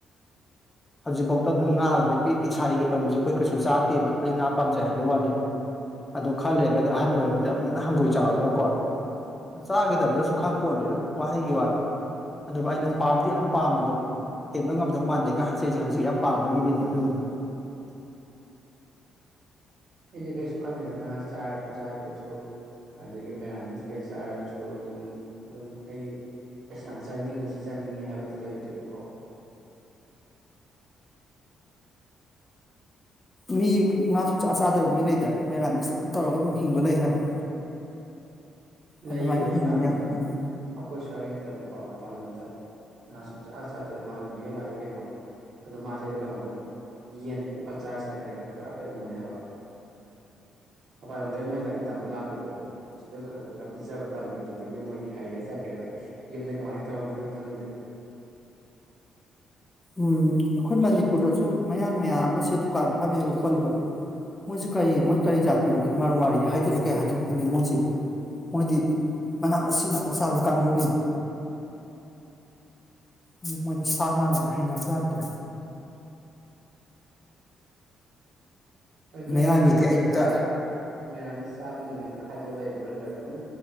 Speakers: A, on the right; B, on the left.
A: <inaudible>
B: ꯍꯧꯖꯤꯛꯐꯥꯎꯗ ꯑꯗꯨꯝ ꯉꯥꯒꯁꯦ ꯄꯦꯠꯂꯤ ꯁꯥꯔꯤꯒ ꯇꯧꯕꯁꯦ ꯑꯩꯈꯣꯏ ꯀꯩꯁꯨ ꯆꯥꯗꯦꯕ ꯑꯩ ꯉꯥ ꯄꯥꯝꯖꯩ ꯍꯥꯏꯕꯩ ꯋꯥꯅꯦꯕ ꯑꯗꯣ ꯈꯔ ꯂꯩꯔꯒꯗꯤ ꯑꯍꯟ ꯑꯣꯏꯔꯒꯗꯤ ꯑꯃꯨꯛ ꯍꯦꯟꯅ ꯍꯪꯒꯣꯏ ꯆꯥꯎꯔꯒ ꯀꯣ ꯆꯥꯒꯤꯗꯕꯔꯁꯨ ꯈꯪꯄꯣꯟꯇꯦꯗ ꯋꯥꯍꯩꯒꯤ ꯋꯥꯅꯤ ꯑꯗꯨꯕꯨ ꯑꯩꯅ ꯄꯥꯝꯗꯤ ꯌꯥꯝ ꯄꯥꯝꯕꯗꯣ ꯍꯦꯟꯕ ꯉꯝꯗꯧ ꯃꯥꯟꯗꯦꯒ ꯍꯥꯏꯖꯔꯤꯁꯦ ꯍꯧꯖꯤꯛ ꯌꯥꯝ ꯄꯥꯝꯕꯒꯤꯅꯦꯕ ꯑꯗꯨꯕꯨꯗꯤ
A: ꯑꯩꯗꯤ ꯀꯩꯁꯨ ꯈꯟꯗꯦꯗ ꯉꯥ ꯆꯥꯔꯁꯨ ꯆꯥꯗ꯭ꯔꯁꯨ ꯑ ꯗꯒꯤ ꯃꯦꯔꯥꯃꯤꯁ ꯀꯩ ꯆꯥꯔꯁꯨ ꯑꯗꯨꯝ ꯑꯗꯨꯝ ꯑꯩ ꯑꯁ ꯌꯥꯝ ꯆꯥꯅꯤꯡꯉꯦ ꯁꯤ ꯆꯥꯅꯤꯡꯉꯦ ꯍꯥꯏꯕꯗꯨ ꯂꯩꯇꯦꯕꯀꯣ
B: ꯃꯤ ꯉꯥ ꯁꯨꯡꯆꯥꯥ ꯆꯥꯗꯕ ꯃꯤ ꯂꯩꯗ ꯃꯦꯔꯥꯃꯦꯁ ꯑꯗꯨꯝ ꯇꯧꯔꯒ ꯑꯗꯨꯝ ꯍꯤꯡꯕ ꯂꯩ ꯍꯥꯏꯕ
A: ꯂꯩꯌꯦ
B: ꯑꯗꯨꯃꯥꯏꯅ ꯍꯤꯡꯕ
A: ꯑꯌꯥꯝꯕꯅ
B: ꯌꯥꯏ ꯎꯝ
A: ꯑꯩꯈꯣꯏ ꯁ꯭ꯋꯥꯏꯒꯤ ꯅꯠꯇꯕꯀꯣ ꯃꯄꯥꯟ ꯂꯝꯗ ꯉꯥ ꯁꯨꯡꯆꯥ ꯆꯥꯗꯕ ꯏꯃꯥꯟꯅꯕꯤꯒ ꯂꯥꯛꯏ ꯀꯩꯅꯣ ꯑꯗꯣ ꯃꯥꯁꯦꯗ ꯀꯩꯅꯣ ꯌꯦꯟ ꯑꯣꯛꯀ ꯆꯥꯔ ꯆꯠꯈ꯭ꯔꯦ ꯄꯨꯔꯥ ꯀꯩꯅꯣꯅꯦ ꯍꯥꯏꯕ ꯃꯄꯥꯟ ꯂꯝꯗꯩ ꯃꯣꯏ ꯂꯥꯏꯔꯤꯛ ꯇꯝꯕ ꯂꯥꯛꯄꯗꯣ ꯁꯤꯗꯗꯨꯝ ꯈꯈꯈꯒ ꯄꯤꯖꯕ ꯇꯝꯕꯤꯕꯗꯒꯤ ꯃꯣꯏꯗꯤ ꯍꯩꯔ ꯆꯠꯈ꯭ꯔꯦꯕ ꯌꯨꯝꯗ ꯀꯃꯥꯏ ꯇꯧꯔꯝꯗꯣꯏꯅꯣ ꯈꯪꯗꯦ
B: ꯎꯝ ꯑꯩꯈꯣꯏ ꯃꯅꯤꯄꯨꯔꯗꯁꯨ ꯃꯌꯥꯡ ꯃꯌꯥꯝꯃ ꯁꯤꯗ ꯗꯨꯀꯥꯟ ꯐꯝꯃꯤꯕ ꯈꯣꯠꯂꯤꯕ ꯃꯣꯏꯖꯤ ꯀꯔꯤ ꯃꯣꯏ ꯀꯔꯤ ꯖꯥꯇꯤ ꯑꯣꯏꯗꯣꯏ ꯃꯔꯋꯥꯔꯤ ꯍꯥꯏꯗꯣꯏꯔ ꯀꯩ ꯍꯥꯏꯗꯣꯏꯅꯣ ꯈꯪꯗꯦ ꯃꯣꯏꯁꯦ ꯃꯣꯏꯗꯤ ꯃꯅꯥ ꯃꯁꯤꯡ ꯉꯥꯛꯇ ꯆꯥꯕ ꯀꯥꯡꯒꯨꯅꯦꯕ ꯑꯗꯨ ꯃꯣꯏꯗꯤ ꯁꯥ ꯉꯥꯒꯁꯤ ꯍꯩꯅꯖꯥꯠ ꯅꯠꯇ꯭ꯔꯦ
A: ꯍꯣꯏ ꯅꯣꯏꯗꯤ
B: ꯃꯌꯥꯡꯒꯤꯗꯤ
A: ꯃꯦꯔꯥꯃꯤꯁ
B: ꯑꯌꯨꯛꯇ
A: ꯆꯥ ꯃꯦꯔꯥꯃꯤꯁ ꯆꯥꯕ ꯅꯨꯃꯤꯠꯀ ꯈꯥꯏꯗꯣꯛꯑ ꯂꯩꯕ꯭ꯔꯥ ꯅꯠꯇ꯭ꯔꯒ ꯑꯗꯨꯝ